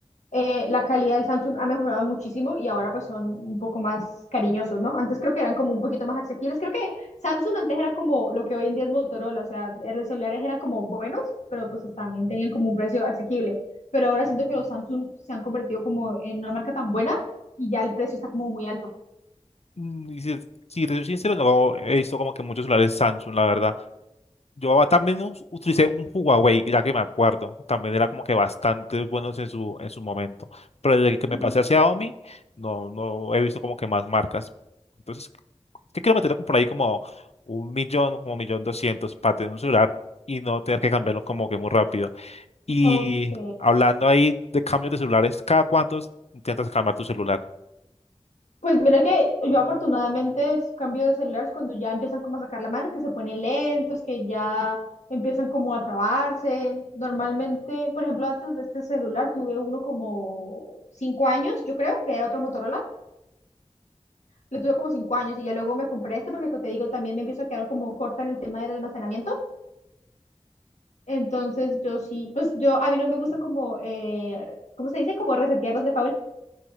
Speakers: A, on the left; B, on the left.
A: eh, la calidad del Samsung ha mejorado muchísimo y ahora pues son un poco más cariñosos, ¿no? Antes creo que eran como un poquito más asequibles. Creo que Samsung antes era como lo que hoy en día es Motorola, o sea, los celulares eran como buenos, pero pues también tenían como un precio asequible. Pero ahora siento que los Samsung se han convertido como en una marca tan buena y ya el precio está como muy alto.
B: mm, y si, si te soy sincero, no he visto como que muchos celulares Samsung, la verdad. Yo también us- utilicé un Huawei, ya que me acuerdo. También era como que bastante buenos en su, en su momento. Pero desde que
A: Ujú.
B: me pasé hacia Xiaomi, no, no he visto como que más marcas. Entonces, ¿qué quiero meter por ahí como un millón, como un millón doscientos para tener un celular y no tener que cambiarlo como que muy rápido? Y
A: Ok,
B: hablando ahí de cambios de celulares, ¿cada cuántos intentas cambiar tu celular?
A: Pues mira que yo afortunadamente es- cambio de celulares cuando ya empiezan como a sacar la mano, que se ponen lentos, que ya empiezan como a trabarse. Normalmente, por ejemplo, antes de este celular tuve uno como cinco años, yo creo, que era otro Motorola. Le tuve como cinco años y ya luego me compré este porque como te digo, también me empiezo a quedar como corta en el tema del almacenamiento. Entonces yo sí, pues yo a mí no me gusta como, eh, ¿cómo se dice? Como resetearlos de fábrica.